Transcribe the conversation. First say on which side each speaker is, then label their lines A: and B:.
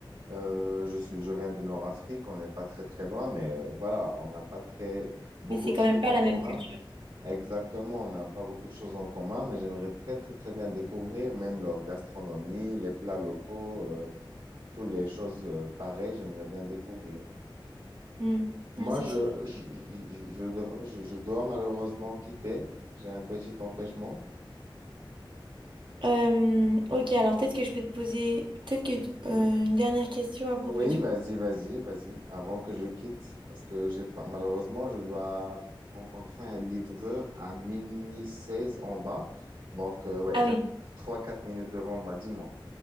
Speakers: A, on the right; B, on the right.
A: Euh, je suis, je viens du Nord-Afrique, on n'est pas très, très loin, mais euh, voilà, on n'a pas très, beaucoup
B: Mais c'est
A: de
B: quand
A: choses
B: même pas
A: en
B: la
A: commun.
B: même culture.
A: Exactement, on n'a pas beaucoup de choses en commun, mais j'aimerais très, très, très bien découvrir même leur gastronomie, les plats locaux, euh, toutes les choses euh, pareilles, j'aimerais bien découvrir.
B: Hmm.
A: Moi,
B: Ouais, c'est
A: je,
B: sûr.
A: je, je, je dev- je- je dois malheureusement quitter. J'ai un petit empêchement.
B: Euh, ok, alors peut-être que je peux te poser peut-être que euh, une dernière question à propos
A: Oui,
B: du...
A: vas-y, vas-y, vas-y, avant que je quitte, parce que j'ai pas, malheureusement, je dois rencontrer un livreur à minuit 16 en bas. Donc, euh, ouais,
B: Ah
A: j'ai
B: oui,
A: trois quatre minutes devant moi, dis-moi.